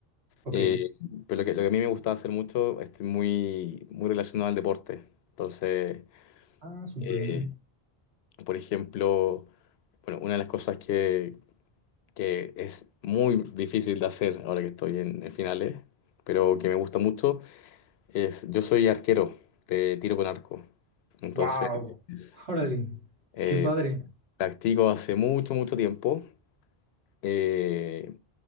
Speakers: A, on the right; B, on the left.
A: Ok.
B: Eh, pero lo que, lo que a mí me gustaba hacer mucho es muy, muy relacionado al deporte. Entonces,
A: Ah, súper
B: eh,
A: bien.
B: por ejemplo, bueno, una de las cosas que, que es muy difícil de hacer ahora que estoy en, en finales, pero que me gusta mucho. Es, yo soy arquero de tiro con arco. Entonces,
A: Wow.
B: es-
A: Órale,
B: eh,
A: qué padre.
B: practico hace mucho, mucho tiempo. Eh,